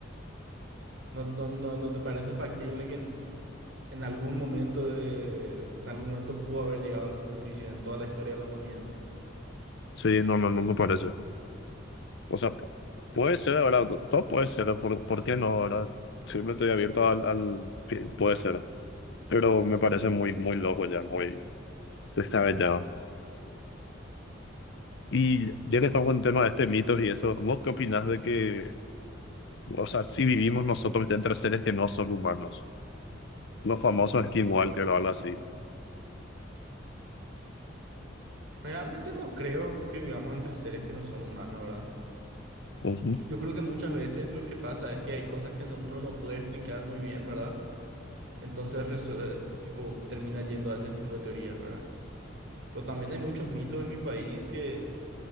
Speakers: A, on the right; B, on the left.
A: ¿No, no, no, no te parece factible que en, en algún momento de, en algún momento pudo haber llegado a la superficie en toda la historia de la humanidad?
B: Sí, no, no, no me parece. O sea, pu- puede ser, ¿verdad? Todo puede ser, ¿por, por qué no, verdad? Siempre estoy abierto al, al... que Puede ser, pero me parece muy, muy loco ya, muy descabellado. Y ya que estamos con el tema de este mitos y eso, ¿vos qué opinás de que, o sea, si vivimos nosotros ya entre seres que no son humanos? Los famosos skinwalker o algo así.
A: Realmente no creo que vivamos entre seres que no son humanos, ¿verdad?
B: Ujú.
A: Yo creo que muchas veces lo que pasa es que hay cosas que no- uno no puede explicar muy bien, ¿verdad? Entonces, resu- eh, tipo, termina yendo a ese tipo de teorías, ¿verdad? Pero también hay muchos mitos en mi país que